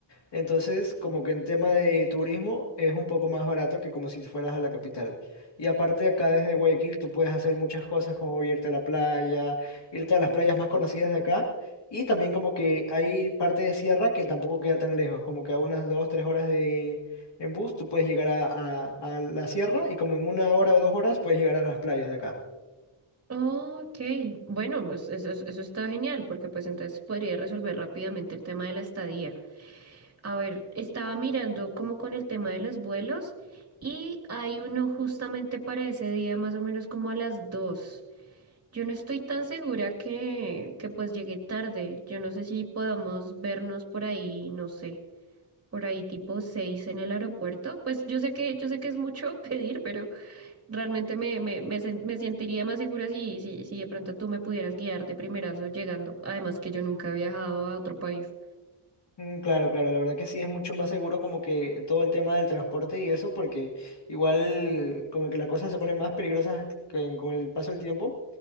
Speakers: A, on the left (about 55°); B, on the right (about 30°).
A: Entonces, como que en tema de turismo es un poco más barato que como si te fueras a la capital. Y aparte acá desde Guayaquil tú puedes hacer muchas cosas como irte a la playa, irte a las playas más conocidas de acá. Y también como que hay parte de sierra que tampoco queda tan lejos, como que a unas dos, tres horas de en bus tú puedes llegar a, a a la sierra y como en una hora o dos horas puedes llegar a las playas de acá.
B: Oh, ok, bueno, pues eso, es- eso está genial, porque pues entonces podría resolver rápidamente el tema de la estadía. A ver, estaba mirando como con el tema de los vuelos y hay uno justamente para ese día, más o menos como a las 2. Yo no estoy tan segura que, que pues llegue tarde. Yo no sé si podamos vernos por ahí, no sé. por ahí tipo seis en el aeropuerto. Pues yo sé que, yo sé que es mucho <laughs> pedir, pero realmente me, me, me, sen- me sentiría más segura si, si, si de pronto tú me pudieras guiar de primerazo llegando. Además que yo nunca he viajado a otro país.
A: Mm, Claro, claro, la verdad que sí es mucho más seguro como que todo el tema del transporte y eso, porque igual como que las cosas se ponen más peligrosas que- con el paso del tiempo